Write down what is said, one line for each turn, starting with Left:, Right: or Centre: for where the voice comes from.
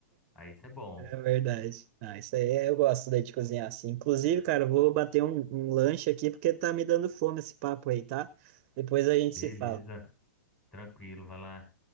Left: Aí isso é bom.
Right: é verdade. Ah, isso aí é- eu gosto daí de cozinhar assim. Inclusive, cara, eu vou bater um, um lanche aqui porque tá me dando fome esse papo aí, tá? Depois a gente
Left: Beleza,
Right: se fala.
Left: tranquilo, vai lá.